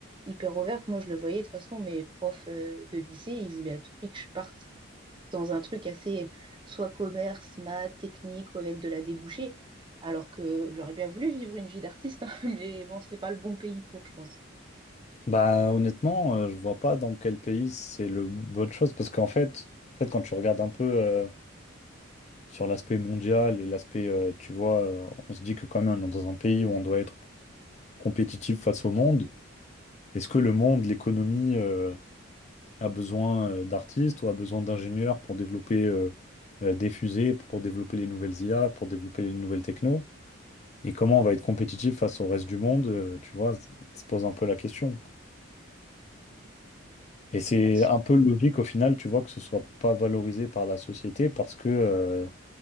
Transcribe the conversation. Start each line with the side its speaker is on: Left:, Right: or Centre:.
Right: hyper ouvertes. Moi, je le voyais de toute façon, mes profs, euh, de lycée, ils voulaient à tout prix que je parte dans un truc assez soit commerce, maths, technique ou avec de la débouchée. Alors que j'aurais bien voulu vivre une vie d'artiste, hein, <laughs> mais bon, c'est pas le bon pays pour, je pense.
Left: Bah honnêtement, euh, je vois pas dans quel pays c'est le bonne chose parce qu'en fait, en fait, quand tu regardes un peu euh, sur l'aspect mondial et l'aspect, euh, tu vois, euh, on se dit que quand même, on est dans un pays où on doit être compétitif face au monde. Est-ce que le monde, l'économie, euh, a besoin euh, d'artistes ou a besoin d'ingénieurs pour développer euh, euh, des fusées, pour développer les nouvelles IA, pour développer les nouvelles techno? Et comment on va être compétitif face au reste du monde, euh, tu vois, se pose un peu la question. Et c'est
Right: Ouais.
Left: un peu logique au final, tu vois, que ce soit pas valorisé par la société parce que euh,